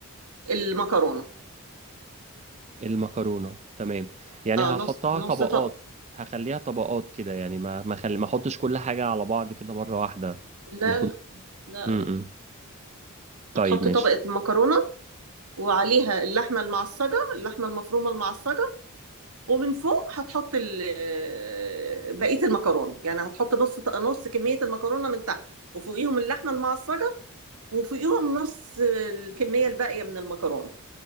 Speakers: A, on the right (about 75°); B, on the right (about 30°).
A: المكرونة
B: المكرونة تمام يعني
A: اه
B: هحطها
A: نص نص
B: طبقات
A: طبق
B: هخليها طبقات كده يعني ما ما خلي ما احطش كل حاجة على بعض كده مرة واحدة
A: لا
B: انا كنت
A: لا لا
B: م
A: لا
B: -م. طيب
A: هتحط
B: ماشي
A: طبقة مكرونة وعليها اللحمة المعصجة اللحمة المفرومة المعصجة ومن فوق هتحط ال- آه، بقية المكرونة يعني هتحط نص نص كمية المكرونة من تحت وفوقيهم اللحمة المعصجة وفوقيهم نص الكمية الباقية من المكرونة